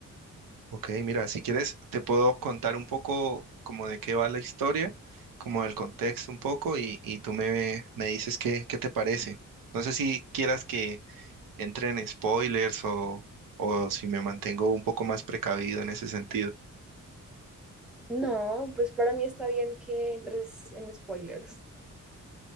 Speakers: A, on the right (about 80°); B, in the centre.
A: Ok, mira, si quieres, te puedo contar un poco como de qué va la historia, como el contexto un poco, y, y tú me, me dices qué, qué te parece. No sé si quieras que entre en spoilers o, o si me mantengo un poco más precavido en ese sentido.
B: No, pues para mí está bien que entres en spoilers.